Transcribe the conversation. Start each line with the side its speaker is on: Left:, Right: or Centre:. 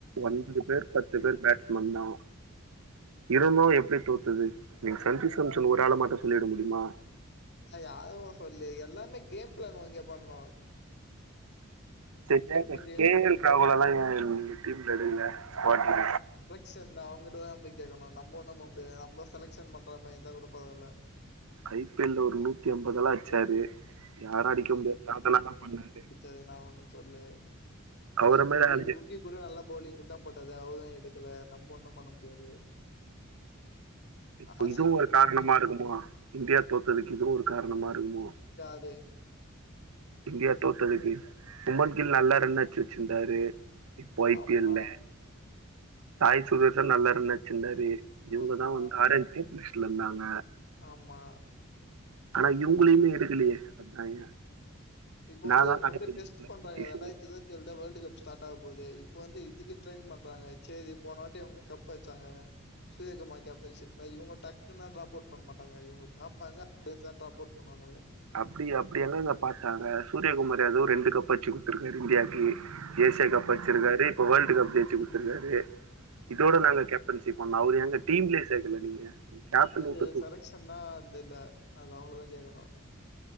Right: ஒன்பது பேர் பத்து பேர் பேட்ஸ்மேன் தா இரு‌ந்தும் எப்டி தோத்துது நீங்க சஞ்சு சம்சன் ஒரு ஆள மட்டு சொல்லிட முடியுமா
Left: நா யாருவு சொல்லியே எல்லாமே கேம் ப்ளான்னு இங்கே பண்ணோ
Right: செஞ்சாங்க
Left: கொஞ்சம்
Right: கே எல் ராகுல லா ஏ டீம் ல எடுக்கல ஸ்குவாடுல
Left: ஷ இந்தா அவுங்கட்ட தா போய் கேட்கணு‌. நம்ம ஒன்னு போ முடியாது நம்ம செலெக்ஷன் பண்ற மாரியே இருந்தா கூட பரவால
Right: ஐ பி எல் ல ஒரு நூத்தி அம்பதுல்லா அடுச்சாரு. யார அடிக்க முடியாத சாதனல்லா பண்ணாரு
Left: செரி நா ஒன்னு சொல்யே
Right: அவர
Left: ஏ
Right: மாரி
Left: புக்கீ
Right: ஆளு
Left: புக்கீ கூட நல்லா பவுலிங் குடுத்தா போட்டது அவரதா எடுக்கல நம்ம ஒன்னு பண்ண முடியாது
Right: இப்ப
Left: ஆர்சிபி
Right: இதுவு ஒரு
Left: டீம்
Right: காரணமா
Left: அ
Right: இருக்குமோ. இந்தியா தோத்ததுக்கு இதுவு ஒரு காரணமா இருக்குமோ
Left: யாரு
Right: இந்தியா தோத்ததுக்கு சுமன் கில் நல்லா ரன் அடிச்சு வெச்சுருந்தாரு போய்ட்டு
Left: ஆமா,
Right: இருந்தே சாய் சுதர்சன் நல்லா ரன் அடிச்சுருந்தாரு இவுங்கதா
Left: ஆமா,
Right: வந்து ஆரஞ் டீம் லிஸ்ட்ல இருந்தாங்க
Left: ஆமா
Right: ஆனா இவ்ங்களயுமே எடுக்கலயே அதா ஏ
Left: இப்ப
Right: என்னாதா
Left: வந்து இவுங்க
Right: நடக்குது
Left: வந்து டெஸ்ட்
Right: உள்ள
Left: பண்றாங்க
Right: இந்த சீசன்
Left: ரெண்டாய்ரத்தி இருவ த்தியேழு தா வேல்டு கப் ஸ்டார்ட் ஆக போது. இப்ப வந்து இதுக்கு ட்ரெயின் பண்றாங்க செரி போனவாட்டி இவ்ங்க கப் அடிச்சாங்க சூரியகுமார் கேப்டன்ஷிப்ல இவுங்க டக்குன்னுல டிராப் அவுட் பண்ண மாட்டங்க இவுங்க பா ப்பாங்க ஃபேஸ் ஆஃப் ட்ராப் அவுட் பண்ணுவாங்களே
Right: அப்பிடி அப்பிடியெல்லா இங்க பாத்தாங்க சூரியகுமார் ஏதோ ரெண்டு கப் அடிச்சு குடுத்துருக்காரு இந்தியாக்கு ஏசியா கப்
Left: ம்.
Right: அடிச்சுர்க்காரு இப்ப வேர்ல்ட் கப் ஜெய்ச்சு குடுத்துருக்காரு. இதோட
Left: ஆ.
Right: நாங்க கே ப்டன்சி பண்ணா அவரு ஏங்க டீம்லயே சேக்கல நீங்க கேப்டன்
Left: அது
Right: விட்டு தூக்கு
Left: செலக்க்ஷன்னா அந்த இல்ல அது அவுங்களதா கேக்கணு